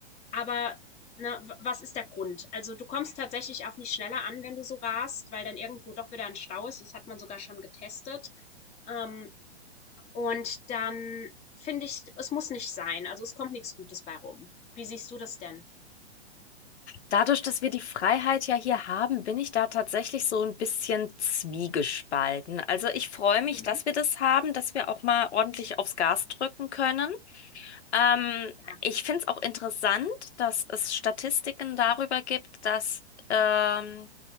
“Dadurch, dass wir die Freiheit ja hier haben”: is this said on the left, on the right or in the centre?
Left